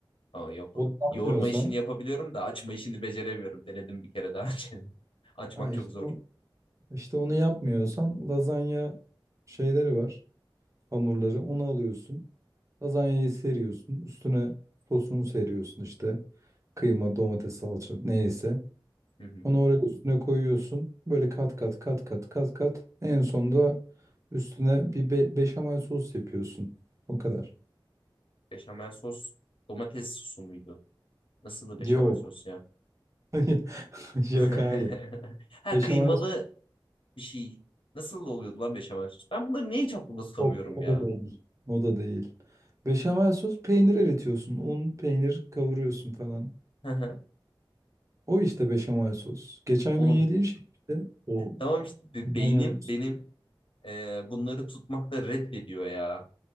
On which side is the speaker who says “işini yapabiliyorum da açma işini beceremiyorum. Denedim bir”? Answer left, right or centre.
Left